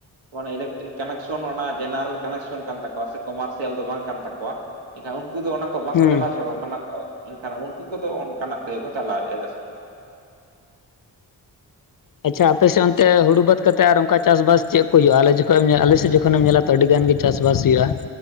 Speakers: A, on the right; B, on the left.
A: ᱢᱟᱱᱮ ᱤᱞᱮᱠᱴᱤᱨᱤᱠ ᱠᱟᱱᱮᱠᱥᱚᱱ ᱚᱱᱟ ᱡᱮᱱᱟᱨᱮᱞ ᱠᱟᱱᱮᱠᱥᱚᱱ ᱠᱟᱱ ᱛᱟᱠᱚᱣᱟ ᱥᱮ ᱠᱚᱢᱟᱨᱥᱤᱭᱟᱞ ᱫᱚ ᱵᱟᱝ ᱠᱟᱱ ᱛᱟᱠᱚᱣᱟ ᱮᱱᱠᱷᱟᱱ ᱩᱱᱠᱩ ᱫᱚ ᱚᱱᱟ ᱛᱚ ᱵᱟᱝᱠᱚ
B: ᱦᱮᱸ
A: ᱪᱟᱞᱟᱣ ᱚᱪᱚ ᱟᱠᱚ ᱠᱟᱱᱟ ᱛᱚ ᱮᱱᱠᱷᱟᱱ ᱩᱱᱠᱩ ᱠᱚᱫᱚ ᱚᱱᱠᱟᱱᱟᱜ ᱛᱮᱜᱮ ᱠᱚ ᱪᱟᱞᱟᱣᱮᱜ-ᱟ ᱡᱟᱹᱥᱛᱤ
B: ᱟᱪᱪᱷᱟ ᱟᱯᱮ ᱥᱮᱫ ᱚᱱᱛᱮ ᱦᱩᱲᱩ ᱵᱟᱫ ᱠᱟᱛᱮ ᱟᱨ ᱚᱱᱠᱟ ᱪᱟᱥ ᱵᱟᱥ ᱪᱮᱫ ᱠᱚ ᱦᱩᱭᱩᱜᱼᱟ ᱟᱞᱮ ᱡᱚᱠᱷᱚᱡ ᱮᱢ ᱟᱞᱮᱥᱮᱫ ᱡᱚᱠᱷᱚᱱᱮᱢ ᱧᱮᱞᱟ ᱟᱹᱰᱤ ᱜᱟᱱ ᱜᱮ ᱪᱟᱥᱵᱟᱥ ᱦᱩᱭᱩᱜᱼᱟ